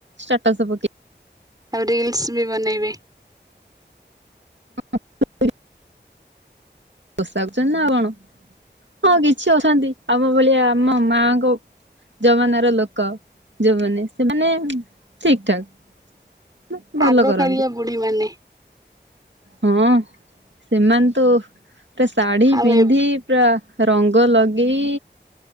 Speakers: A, on the right (about 80°); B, on the right (about 20°).
A: ଷ୍ଟାଟସ ପକେ
B: ଆଉ ରିଲସ୍ ବି ବନେଇବେ।
A: <inaudible> ଓଷା କରୁଚନ୍ତି ନା ଆଉ କଣ ହଁ କିଛି ଅଛନ୍ତି ଆମ ଭଳିଆ ଆମ ମାଙ୍କ ଜମାନାର ଲୋକ ଯୋଉମାନେ ସେମାନେ ଠିକ୍ ଠାକ୍। <unintelligible> ଭଲ
B: ଆଗ
A: କରନ୍ତି।
B: କାଳିଆ ବୁଢୀ ମାନେ
A: ହଁଅ ସେମାନେ ତ ଓହୋ ପୁରା ଶାଢୀ
B: ଆଉ
A: ପିନ୍ଧି
B: ଏ
A: ପୁରା ରଙ୍ଗ ଲଗେଇ